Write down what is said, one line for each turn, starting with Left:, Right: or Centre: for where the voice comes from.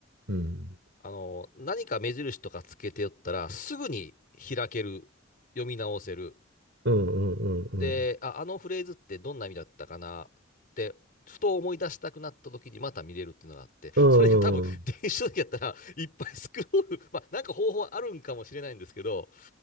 Right: うん。
Left: あの、何か目印とかつけておったら、すぐに開ける、読み直せる、
Right: うんうんうんうん。
Left: で、あ、あのフレーズってどんな意味だったかなって、ふと思い出したくなった時にまた見れるっていうのがあって、
Right: うんうん。
Left: それが多分 <laughs> 電子書籍やったらいっぱいスクロール、まあなんか方法あるんかもしれないんですけど、